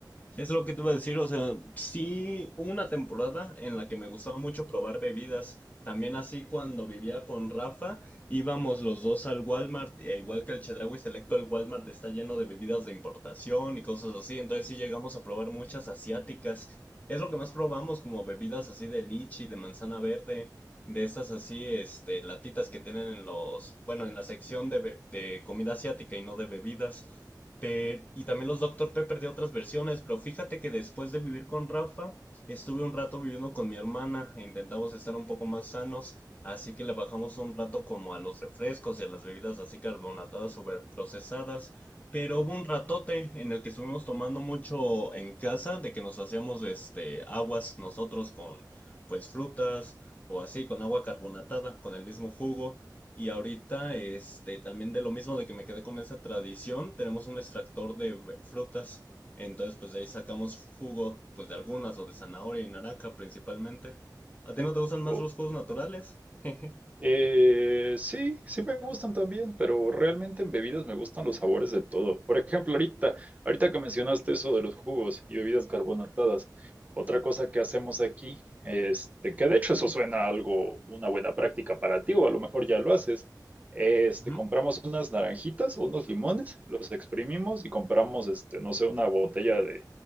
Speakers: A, on the left; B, on the right.
A: Es lo que te iba a decir, o sea, sí hubo una temporada en la que me gustaba mucho probar bebidas. También así cuando vivía con Rafa, íbamos los dos al Walmart, e igual que el Chedraui Selecto, el Walmart está lleno de bebidas de importación y cosas así, entonces sí llegamos a probar muchas asiáticas. Es lo que más probamos, como bebidas así de lichi, de manzana verde, de estas así, este, latitas que tienen en los, bueno, en la sección de, be- de comida asiática y no de bebidas. Pe- y también los Doctor Pepper de otras versiones, pero fíjate que después de vivir con Rafa, estuve un rato viviendo con mi hermana e intentamos estar un poco más sanos, así que le bajamos un rato como a los refrescos y a las bebidas así carbonatadas super procesadas, pero hubo un ratote en el que estuvimos tomando mucho en casa, de que nos hacíamos este aguas nosotros con pues frutas o así con agua carbonatada, con el mismo jugo. Y ahorita, este, también de lo mismo de que me quedé con esa tradición, tenemos un extractor de ve- frutas. Entonces, pues de ahí sacamos jugo, pues de algunas, o de zanahoria y naranja principalmente. ¿A ti no te gustan más
B: o
A: los jugos naturales? <laughs>
B: Eh, sí, sí me gustan también, pero realmente en bebidas me gustan los sabores de todo. Por ejemplo, ahorita, ahorita que mencionaste eso de los jugos y bebidas carbonatadas, otra cosa que hacemos aquí, este, que de hecho eso suena a algo, una buena práctica para ti, o a lo mejor ya lo haces, este,
A: Ujú.
B: compramos unas naranjitas o unos limones, los exprimimos y compramos, este, no sé, una botella de,